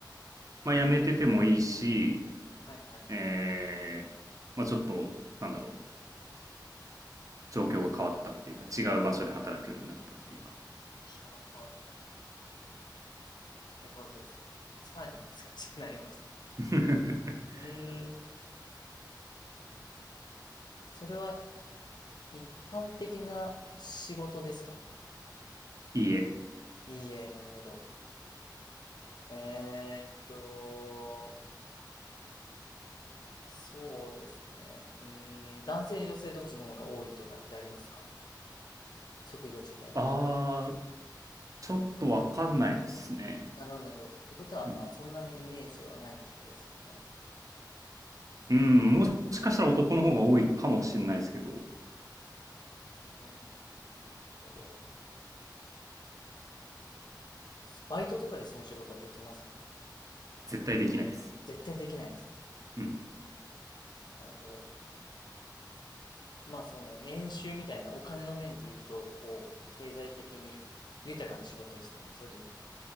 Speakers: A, on the right; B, on the left.
A: まあ、辞めててもいいし、
B: はいはいはい。
A: えー、まあ、ちょっと、なんだろう、状況が変わったっていうか、違う場所で働くようになったっていうか。
B: はあはあはあ。なるほどですね。さらに難しくなりましたね。
A: <laughs>
B: うーん。それは一般的な仕事ですかね。
A: いいえ。
B: いいえ、なるほど。えーっと、そうですね。うーん、男性、女性どっちの方が多いとかってありますか職業自体に。
A: あー、ちょっとわかんないですね。
B: なるほど、なるほど。ってことは、
A: うん。
B: まあ、そんなにイメージはないってことですよね。
A: うん、もしかしたら男の方が多いかもしれないですけど、
B: うん、なるほど。バイトとかでその仕事はできますかね
A: 絶対できないです。
B: 絶対できないです。
A: うん。
B: あーなるほど。まあ、その年収みたいなお金の面で言うと、こう、経済的に豊かな仕事ですかねそれとも、